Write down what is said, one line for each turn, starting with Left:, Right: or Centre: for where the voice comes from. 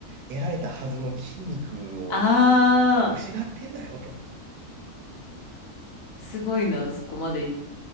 Right: 得られたはずの筋肉を
Left: ああ
Right: 失ってんだよと。
Left: すごいな、そこまで行った